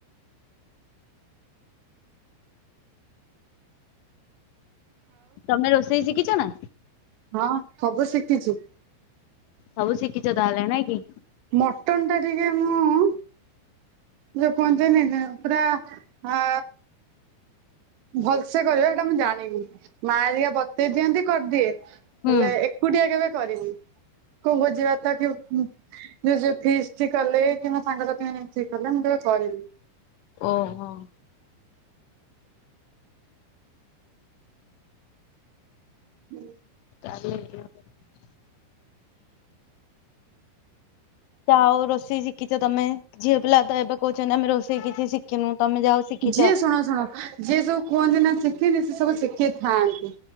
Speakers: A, on the left; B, on the right.
A: ତମେ ରୋଷେଇ ଶିଖିଚ ନା?
B: ହଁ ହବୁ ଶିଖିଚି।
A: ସବୁ ଶିଖିଚ ତାହେଲେ ନାଇଁ କି।
B: ମଟନ ଟା ଟିକେ ମୁଁ ଯଉ କୁହନ୍ତିନିନା ପୁରା ଆ ଭଲସେ କହିବ ସେଇଟା ମୁଁ ଜାଣିନି, ମା ଘରିଆ ବତେଇ ଦିଅନ୍ତି କରିଦିଏ
A: ହୁଁ।
B: ହେଲେ ଏକୁଟିଆ କେବେ କରିନି। କୋଉ ଭୋଝି ଭାତ କି ଯୋଉ ଫିଷ୍ଟି କଲେ, କିମ୍ବା ସାଙ୍ଗସାଥି ଏଞ୍ଜୟ୍ କଲେ ମୁଁ କେବେ କରିନି।
A: ଓ ହୋ।
B: ହୁଁ।
A: କାଲି ଭିଡି଼ଓ କରିବି। ଯା ହଉ ରୋଷେଇ ଶିଖିଛ ତମେ ଝିଅ ପିଲା ତ ଏବେ କହୁଛ ଆମେ ରୋଷେଇ କିଛି ଶିଖିନୁ। ତମେ ଯାହା ହଉ ଶିଖିଛ
B: ଯିଏ ଶୁଣ ଶୁଣ ଯିଏ ସବୁ କୁହନ୍ତି, ନା ଶିଖିନି ସେ ସବୁ ଶିଖି ଥାନ୍ତି